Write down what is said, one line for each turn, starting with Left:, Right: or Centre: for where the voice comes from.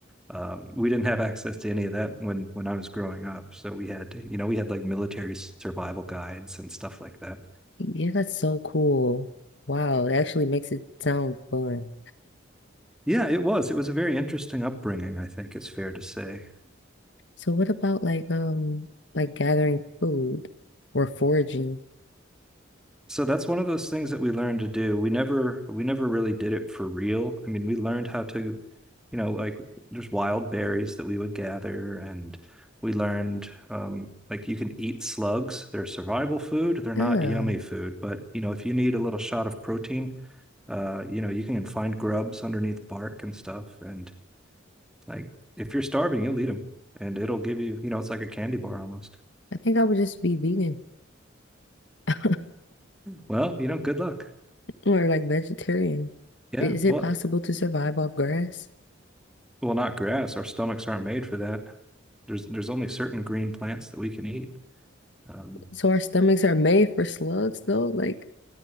Centre: um, we didn't have access to any of that when when I was growing up. So we had, you know, we had like military survival guides and stuff like that.
Left: Yeah, that's so cool. Wow, it actually makes it sound fun.
Centre: Yeah, it was. It was a very interesting upbringing, I think it's fair to say.
Left: So what about like um like gathering food or foraging?
Centre: So that's one of those things that we learned to do. We never we never really did it for real. I mean, we learned how to, you know, like there's wild berries that we would gather and we learned um like you can eat slugs. They're survival food. They're
Left: Yeah,
Centre: not yummy food, but you know, if you need a little shot of protein, uh, you know, you can find grubs underneath bark and stuff and like if you're starving, you'll eat them and it'll give you, you know, it's like a candy bar almost.
Left: I think I would just be vegan <laughs>
Centre: Well, you know, good luck.
Left: or like vegetarian.
Centre: Yeah.
Left: I- Is
Centre: Well,
Left: it possible to survive off grass?
Centre: well, not grass. Our stomachs aren't made for that. There's there's only certain green plants that we can eat. Um,
Left: So our stomachs are made for slugs though, like